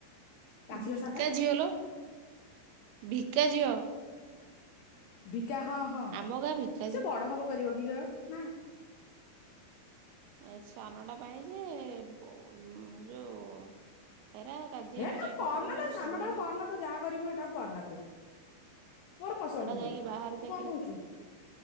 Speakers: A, on the left; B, on the right.
A: ତା ଝିଅ
B: ଭିକା
A: ସାଟା
B: ଝିଅ ଲୋ ଭି କା ଜିଅ
A: ଭି କା ହଁ ହଁ
B: ଆମ ଗାଁ ଭିକା
A: ସେ
B: ଝିଅ।
A: ବଡ ହବ କରିବ ଭିଗାଉ ନା।
B: ଏ ସାନଟା ପାଇଁ ଯେ ବୋ ଯୋଉ। ହେରା ରାଜି
A: ହେଟାକୁ
B: ହେବେନି ଏଠି
A: କରନା
B: କଣ ପାଇଁ କହିଲୁ
A: ଲୋ। ସାନଟାକୁ
B: ସେ ଯାଇକି
A: କରନା ତୁ ଯାହା କରିବୁ ସେଟାକୁ କରନା ତୁ। ମୋର ପସନ୍ଦ
B: ଏଟା
A: ନୁହଁ
B: ଯାଇକି ବାହାରେ
A: ତୁ
B: ଚାକିରି
A: କଣ କହୁଛୁ